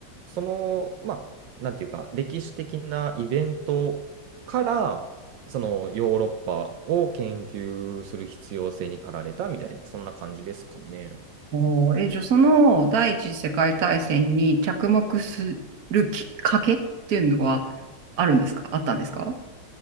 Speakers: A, on the right (about 80°); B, on the right (about 55°).
A: その、まあ、なんていうか、歴史的なイベントから、そのヨーロッパを研究する必要性に駆られたみたいな、そんな感じですかね。
B: おーえ、じゃあその第一次世界大戦に着目するきっかけっていうのはあるんですかあったんですか